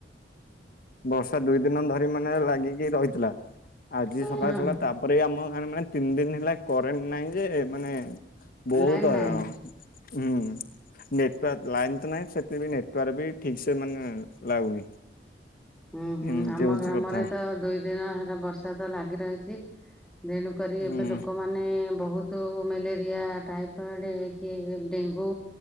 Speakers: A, on the left; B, in the centre.
A: ବର୍ଷା ଦୁଇ ଦିନ ଧରି ମାନେ ଲାଗିକି ରହିଥିଲା ଆଜି ସକାଳେ
B: ହଁ
A: ଛାଡିଲା ତାପରେ ଆମ ମାନେ ମାନେ ତିନି ଦିନ ହେଲା କରେଣ୍ଟ ନାଇଁ ଯେ ମାନେ ବହୁତ
B: ଲାଇନ
A: ହଇରାଣ
B: ନାହିଁ
A: ହୁଁ ନେଟୱାର୍କ ଲାଇନ୍ ତ ନାହିଁ ସେଥି ବି ନେଟୱାର୍କ ବି ଠିକ୍ ସେ ମାନେ ଲାଗୁନି।
B: ହୁଁ ହୁଁ
A: ଏମିତି
B: ଆମ
A: ହଉଛି
B: ଗ୍ରାମରେ
A: କଥା
B: ତ ଦୁଇ ଦିନ ହେଲା ବର୍ଷା ତ ଲାଗି ରହିଛି। ତେଣୁକରି ଏବେ
A: ଉଁ
B: ଲୋକମାନେ ବହୁ ତୁ ମ୍ୟାଲେରିଆ ଟାଇଫଏଡ କି ଡେଙ୍ଗୁ